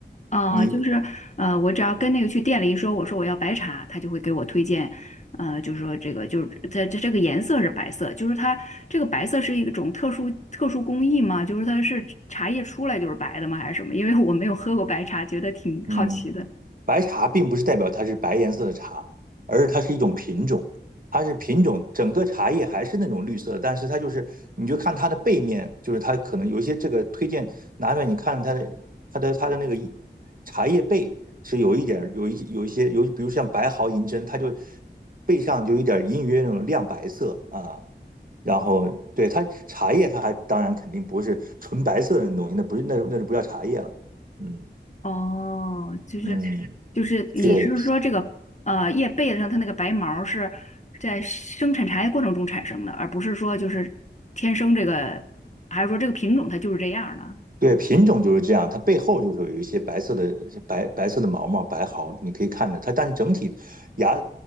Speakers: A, on the left (about 40°); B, on the right (about 50°).
A: 啊，
B: 你
A: 就是呃，我只要跟那个去店里一说，我说我要白茶，他就会给我推荐，呃，就是说这个就是在这这个颜色是白色，就是它这个白色是一种特殊特殊工艺吗？就是它是茶叶出来就是白的吗？还是什么？因为我没有喝过白茶，觉得挺好奇的。
B: 嗯，白茶并不是代表它是白颜色的茶，而是它是一种品种，它是品种，整个茶叶还是那种绿色，但是它就是你就看它的背面，就是它可能有一些这个推荐拿出来，你看它的它的它的那个茶叶背是有一点有一有一些有，比如像白毫银针，它就背上就有一点隐隐约约那种亮白色啊。然后对它茶叶，它还当然肯定不是纯白色的那种东西，那不是那那就不叫茶叶了。嗯
A: 哦，就是
B: 嗯，
A: 就是你是说这个呃叶背子上它那个白毛儿是在生产茶叶过程中产生的，
B: 对。
A: 而不是说就是天生这个，还是说这个品种它就是这样儿的？
B: 对，品种就是这样，它背后就是有一些白色的白白色的毛毛白毫，你可以看着它，但是整体芽